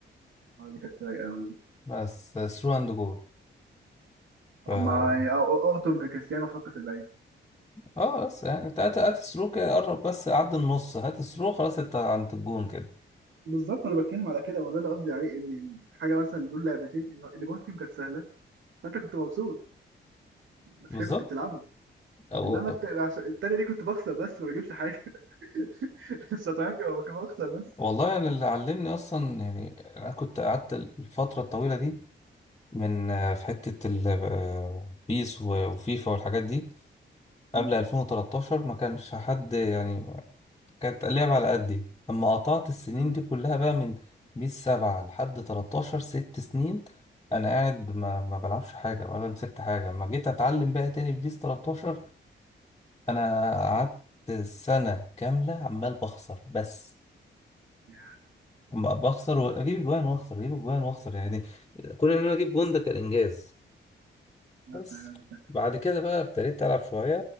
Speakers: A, on the right (about 80°); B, on the left (about 20°).
A: آه، دي كانت رايقة أوي
B: بس ثرو اند جول ف
A: ما أقطم بكريستيانو وحط في الباقي
B: اه بس يعني انت هات هات الثرو كده قرب بس عدى النص هات الثرو خلاص انت عند الجون كده
A: بالظبط انا بتكلم على كده وده اللي قصدي عليه ان حاجه مثلا دول لعبتين اللي اللي جوه فيهم كانت سهله فانت كنت مبسوط عشان
B: بالظبط
A: كنت بتلعبهم
B: أو...
A: انما
B: أو-
A: الت- عشان- التانيه دي كنت بخسر بس ما بجيبش حاجه <laughs> الشطرنج هو كان بخسر بس
B: والله انا يعني اللي علمني اصلا يعني انا كنت قعدت الفترة الطويلة دي من آه، في حتة ال- آه، بيس و- وفيفا والحاجات دي
A: مم.
B: قبل 2013 ما كانش حد يعني كانت اللعبة على قدي أما قطعت السنين
A: مم.
B: دي كلها بقى من بيس سبعة لحد 13 ست سنين أنا قاعد ما, ما بلعبش حاجة ولا مسكت حاجة أما جيت أتعلم بقى تاني في بيس 13 أنا قعدت سنة كاملة عمال بخسر بس
A: يعني
B: أما بخسر وأجيب أجوان وأخسر أجيب أجوان وأخسر يعني كون إن أنا أجيب جون ده كان إنجاز
A: لا
B: بس
A: فعلاً.
B: بعد كده بقى ابتديت ألعب شوية